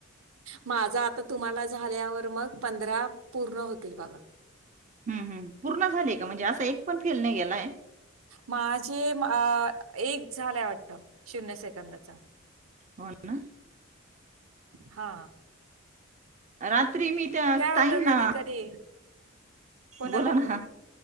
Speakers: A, on the right (about 80°); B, on the right (about 35°).
A: माझा आता तुम्हाला झाल्यावर मग पंधरा पूर्ण होतील बघा
B: हम्म हम् पूर्ण झाले का म्हणजे असं एक पण फेल नाही गेला
A: माझे अ एक झालंय वाटत शून्य सेकंदच
B: हो ना
A: हा
B: रात्री मी त्या ताई
A: होतं
B: ना
A: कधी-कधी कोणाला?
B: बोला ना